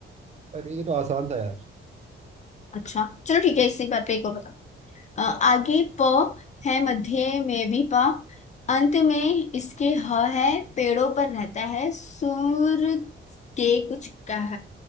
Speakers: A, on the right; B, on the left.
A: अरे ये तो आसान था यार
B: अच्छा चलो ठीक है इसी बात पे एक और बताओ अ, आगे प है मध्य में भी प अंत में इसके ह है पेड़ों पर रहता है सूर के कुछ कह